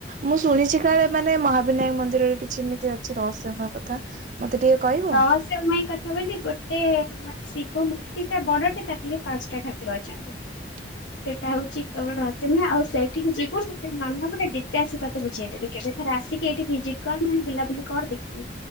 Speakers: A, on the right (about 45°); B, on the left (about 85°).
A: ମୁଁ ଶୁଣିଛି କାଳେ ମାନେ ମହାବିନାୟକ ମନ୍ଦିରରେ କିଛି ଏମିତି ଅଛି ରହସ୍ୟମୟ। କଥା ମତେ ଟିକେ। କହିବ?
B: ଗାାମ ରହସ୍ୟମୟ କଥା ବୋଲି ଗୋଟେ ମାନେ ଶିବ ମୂର୍ତ୍ତିଟେ ବଡଟେ ତାଠୀରେ ପାଞ୍ଚଟା ଠାକୁର ଅଛନ୍ତି।
A: <inaudible>
B: ସେଇଟା ହଉଛି କେବଳ ରସିମେହା ଆଉ ସେଇଠିକି ଯିବୁନ ସେଇ ନନପଟା। ଆ ସେ ତତେ ବୁଝେଇଦେବେ କେବେଥରେ ଆସିକି ଏଇଠି ଭିଜିଟ୍ କର ନଁ ବୁଲାବୁଲି କର ଦେଖିବୁ।